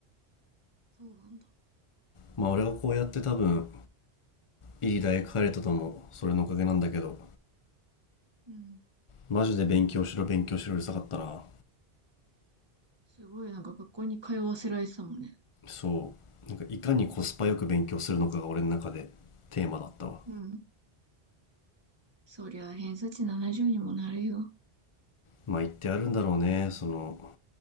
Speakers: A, on the right; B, on the left.
A: そうなんだ。
B: まあ俺がこうやって多分いい大学入れたともそれのおかげなんだけど
A: うん。
B: マジで勉強しろ勉強しろうるさかったな
A: すごい、なんか学校に通わせられてたもんね。
B: そうなんかいかにコスパよく勉強するのかが俺の中でテーマだったわ
A: うん。そりゃ、偏差値70にもなるよ。
B: まあ言ってあるんだろうねその、